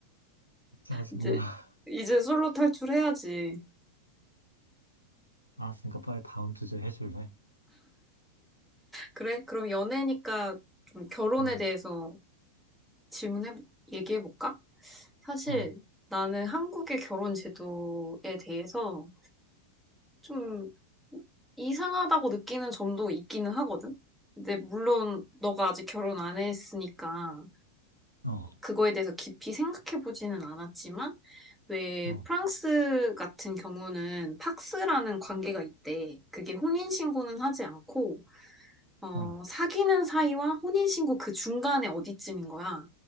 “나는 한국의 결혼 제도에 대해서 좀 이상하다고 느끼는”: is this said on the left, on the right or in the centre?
Centre